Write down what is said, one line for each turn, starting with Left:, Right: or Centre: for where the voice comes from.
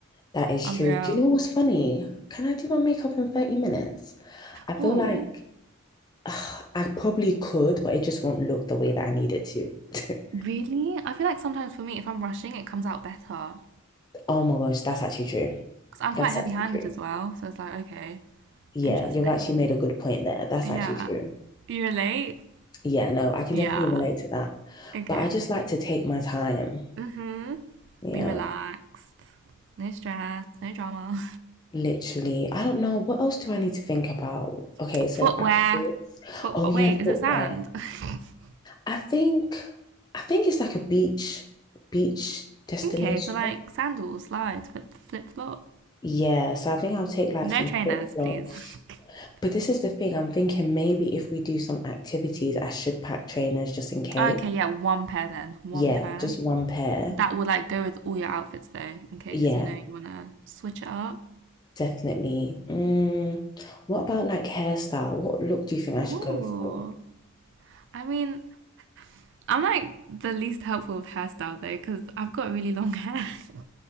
Left: That is
Right: I'm
Left: true.
Right: real.
Left: Do you know what's funny? Can I do my makeup in 30 minutes? I feel
Right: Oh,
Left: like ugh, I probably could, but it just won't look the way that I need it to. <laughs>
Right: Really? I feel like sometimes for me, if I'm rushing, it comes out better.
Left: Oh my gosh, that's actually true.
Right: Because I'm quite
Left: That's
Right: heavy-handed
Left: actually true.
Right: as well. So it's like, okay,
Left: Yeah,
Right: interesting.
Left: you've actually made a good point there. That's
Right: Yeah.
Left: actually true.
Right: You relate?
Left: Yeah, no, I can
Right: Yeah.
Left: definitely relate to that.
Right: Okay.
Left: But I just like to take my time.
Right: Mm-hmm.
Left: Yeah,
Right: Be relaxed. No stress, no drama.
Left: literally. I don't know. What else do I need to think about? Okay,
Right: <laughs>
Left: so
Right: Footwear.
Left: outfits.
Right: Footwear.
Left: Oh, yeah,
Right: Wait, is
Left: footwear.
Right: it sand? <laughs>
Left: I think I think it's like a beach beach destination.
Right: Okay, so like sandals, slides, flip flip-flops.
Left: Yeah, so I think I'll take like
Right: No
Left: some
Right: trainers,
Left: flip-flops.
Right: please. <laughs>
Left: But this is the thing, I'm thinking maybe if we do some activities, I should pack trainers just in case.
Right: Okay, yeah, one pair then. One
Left: Yeah,
Right: pair.
Left: just one pair.
Right: That would like go with all your outfits though, in case
Left: Yeah,
Right: you know you want to switch it up.
Left: definitely. Mm, what about like hairstyle? What look do you think I should
Right: Ooh.
Left: go for?
Right: I mean, I'm like the least helpful with hairstyle though, because I've got really long hair. <laughs>